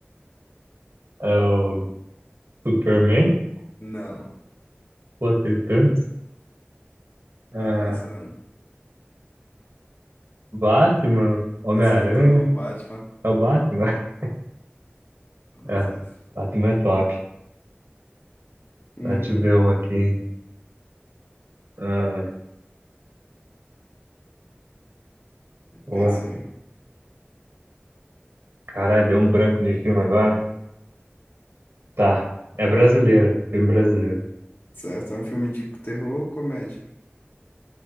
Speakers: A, on the right; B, on the left.
A: É o Superman?
B: não.
A: Pô, tem tantos. É,
B: Pode pensar.
A: Batman? Homem-Aranha?
B: Acertou o Batman.
A: É o Batman? <laughs>
B: Acertou.
A: É, Batman é top.
B: Uhum,
A: Deixa eu ver um aqui. Ah, pô,
B: pensei.
A: caralho, deu um branco de filme agora. Tá. É brasileiro. Filme brasileiro.
B: Certo, é um filme de terror ou comédia?